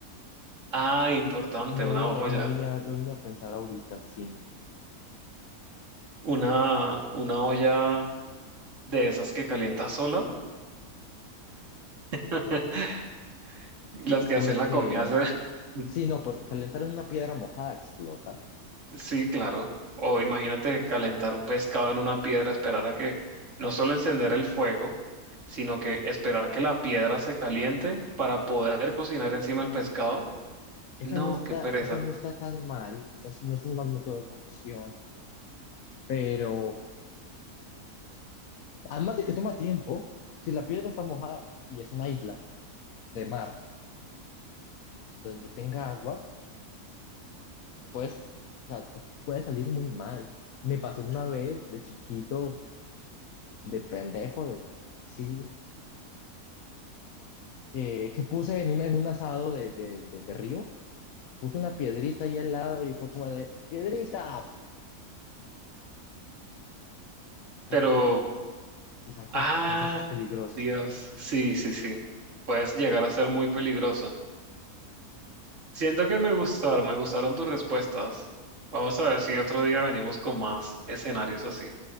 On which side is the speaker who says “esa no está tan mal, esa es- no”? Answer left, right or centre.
Left